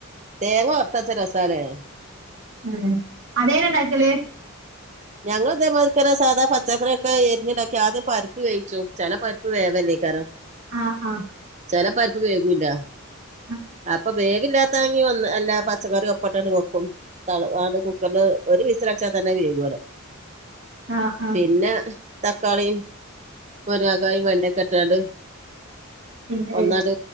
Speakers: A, on the right (about 35°); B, on the right (about 60°).
A: തേങ്ങ വർത്തരച്ചാ രസാലെ
B: ഹേ അതേന ണ്ടാക്കല്
A: ഞങ്ങള് തേമായിരി തന്നെ സാധാ പച്ചക്കറി ക്കെ എരിഞ്ഞ്ടാക്കി ആദ്യം പരിപ്പ് വേിച്ചു ചില പരിപ്പ് വേവല്ലേ കാരം
B: ആഹ ആഹ്
A: ചെല പരുപ്പ് വേകുല്ല.
B: ആഹ്
A: അപ്പൊ വേവില്ല പനിവന്നാ അല്ലാ പച്ചക്കറി ഒപ്പയിട്ടാ എന്താ കൊപ്പം താള് വാണ് കുക്കറില് ഒരു വിസിലടിച്ചാ തന്നെ വേകുല
B: ആഹ് ആഹ്
A: പിന്നെ തക്കാളിം മുരങ്ങക്കായും വെണ്ടക്കിം ഇട്ടാണ്ട്
B: പിന്നെ വേവിച്ചു
A: ഒന്നാത്